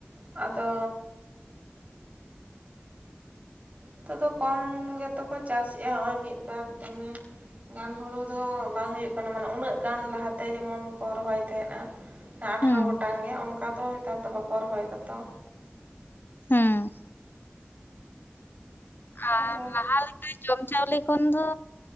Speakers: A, on the right; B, on the left.
A: ᱟᱫᱚ ᱱᱤᱛᱚᱜ ᱫᱚ ᱠᱚᱢ ᱜᱮᱛᱚ ᱠᱚ ᱪᱟᱥ ᱮᱼᱟ ᱱᱚᱜᱼᱚᱭ ᱢᱤᱫᱵᱟᱨ ᱫᱚᱢᱮ ᱜᱟᱱ ᱦᱩᱲᱩ ᱫᱚ ᱵᱟᱝ ᱦᱩᱭᱩᱜ ᱠᱟᱱᱟ ᱢᱟᱱᱮ ᱩᱱᱟᱹᱜ ᱜᱟᱱ ᱞᱟᱦᱟᱛᱮ ᱡᱮᱢᱚᱱ ᱠᱚ ᱨᱚᱦᱚᱭ ᱛᱟᱦᱮᱸᱫᱟ ᱟᱴᱷᱨᱚ
B: ᱦᱩᱸ
A: ᱜᱚᱴᱟᱝ ᱜᱮ ᱚᱱᱠᱟ ᱫᱚ ᱱᱮᱛᱟᱨ ᱫᱚ ᱵᱟᱠᱚ ᱨᱚᱦᱚᱭᱫᱟᱛᱚ
B: ᱦᱩᱸ ᱟᱨ
A: ᱟᱫᱚ
B: ᱞᱟᱦᱟ ᱞᱮ ᱼᱼ ᱥᱮ ᱡᱚᱢ ᱪᱟᱣᱞᱮ ᱠᱷᱚᱱ ᱫᱚ